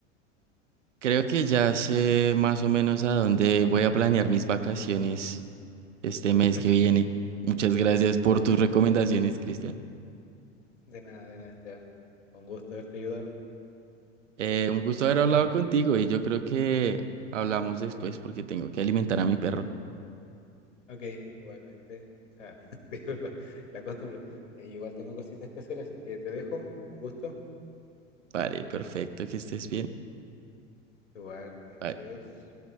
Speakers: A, on the right; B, on the left.
A: Creo que ya sé más o menos a dónde voy a planear mis vacaciones este mes
B: <laughs>
A: que viene. Muchas gracias por tus
B: Claro.
A: recomendaciones, Cristian.
B: De nada, de nada, Esteban. Con gusto haberte ayudado.
A: Eh, un gusto haber hablado contigo y yo creo que hablamos después porque tengo que alimentar a mi perro.
B: Ok, igualmente. O sea, <laughs> disculpa, la costumbre. Eh, igual tengo cositas que hacer, así que te dejo. Un gusto.
A: Vale, perfecto, que estés bien.
B: Igual, adiós,
A: Bye.
B: adiós.